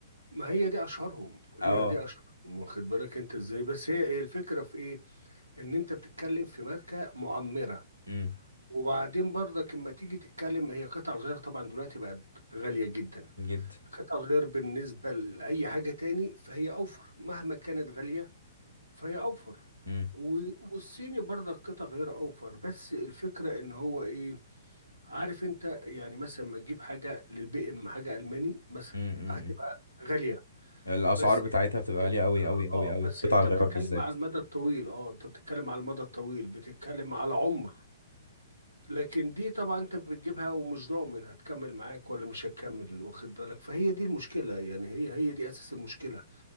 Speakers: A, on the right (about 80°); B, on the left (about 85°).
A: ما هي دي اشهرهم هي
B: اه
A: دي اشهرهم واخد بالك انت ازاي بس هي ايه الفكره في ايه ان انت بتتكلم في ماركه معمره
B: امم
A: وبعدين برضك لما تيجي تتكلم هي قطع الغيار طبعا دلوقتي بقت غاليه جدا
B: جد
A: قطع الغيار بالنسبه لاي حاجه تاني فهي اوفر مهما كانت غاليه فهي اوفر
B: امم
A: و- والصيني برضك قطع غير اوفر بس الفكره ان هو ايه عارف انت يعني مثلا ما تجيب حاجه للبي ام حاجه الماني مثلا
B: امم امم،
A: هتبقى
B: امم.
A: غاليه
B: الاسعار
A: بس
B: بتاعتها بتبقى
A: بتك-
B: غاليه قوي
A: اه
B: قوي قوي
A: آه،
B: قوي
A: بس
B: قطع
A: انت
B: الغيار
A: بتتكلم
B: بالذات
A: على المدى الطويل اه انت بتتكلم على المدى الطويل بتتكلم على عمر لكن دي طبعا انت بتجيبها ومش ضامن هتكمل معاك ولا مش هتكمل واخد بالك فهي دي المشكله يعني هي هي دي اساس المشكله